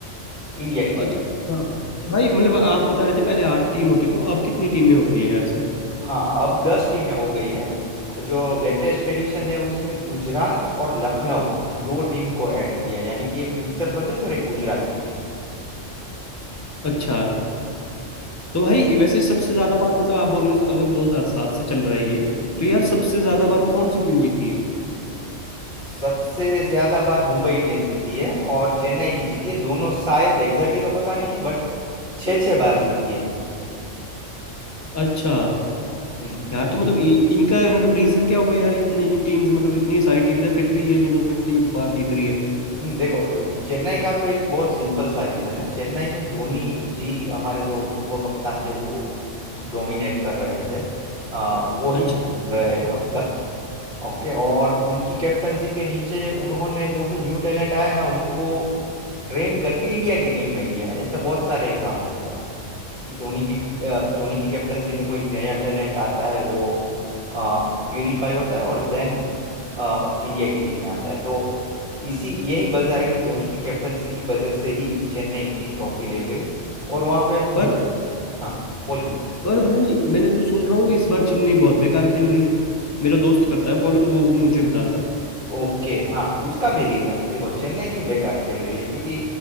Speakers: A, on the right (about 50°); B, on the left (about 20°).
A: इंडिया के लिए
B: अच्छा तो भाई मतलब आप बता रहे थे पहले आठ टीम होती थी अब कितनी टीमें होती हैं यार इसमें
A: हाँ अब दस टीमें हो गई है जो लेटेस्ट एडिशन है उसमें गुजरात और लखनऊ दो टीम को ऐड किया है यानी कि एक उत्तर प्रदेश और एक गुजरात की टीम
B: अच्छा तो भाई वैसे सबसे ज्यादा बार मतलब आप बोल रहे हो अगर 2007 से चल रहा है ये तो यार
A: हम्म
B: सबसे ज्यादा बार कौन सी टीम जीती है
A: सबसे ज्यादा बार मुंबई इंडियंस जीती है और चेन्नई भी जीती है दोनों शायद एग्जैक्टली तो पता नहीं है बट छः छः बार जीती है
B: अच्छा
A: हम्म
B: यार तो मतलब इ- इनका मतलब रीजन क्या होगा यार इतनी टीम्स मतलब इतनी सारी टीम्स है फिर भी ये दोनों इतनी बार जीत रही है
A: हम्म, देखो चेन्नई का तो एक बहुत सिंपल सा रीजन है चेन्नई में धोनी जी हमारे जो पूर्व कप्तान थे वो डोमिनेट कर रहे थे आ, वो ही
B: अच्छा
A: रहे हैं अब तक ओके और उनकी कैप्टनसी के नीचे उन्होंने जो भी न्यू टैलेंट आया ना उनको ट्रेन करके इंडिया की टीम में लिया है ऐसे बहुत सारे एग्जाम्पल्स हैं कि धोनी की अ, धोनी की कैप्टनसी में कोई नया टैलेंट आता है वो प्यूरिफाई होता है और देन इंडिया की टीम में आता है तो इसी यही वजह है कि धोनी की कैप्टनसी की वजह से ही चेन्नई इतनी ट्रॉफी ले गई और वहां पे
B: पर
A: मुंबई हाँ बोलिए बोलिए
B: पर भाई मैंने तो सुन रहा हूँ इस बार चेन्नई बहुत बेकार खेल रही है मेरा दोस्त करता है फॉलो तो वो मुझे बता रहा
A: ओके हाँ उसका भी रीजन है देखो चेन्नई क्यों बेकार खेल रही है क्योंकि